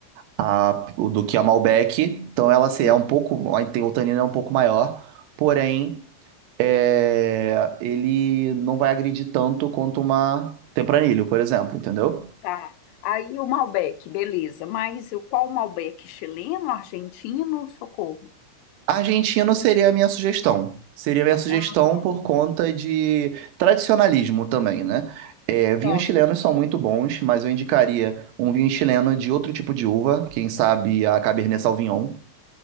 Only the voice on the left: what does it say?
Hum,
tá. Aí o Malbec, beleza. Mas o- qual Malbec? Chileno, argentino? Socorro.
Ah, tá,
tá.